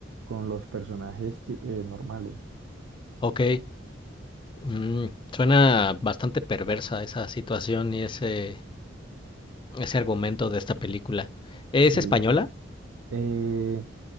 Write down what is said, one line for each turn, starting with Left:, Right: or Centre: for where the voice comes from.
Right: con los personajes que- eh, normales.
Left: Ok. Mm, suena bastante perversa esa situación y ese, ese argumento de esta película. ¿Es
Right: Sí.
Left: española?
Right: Eh,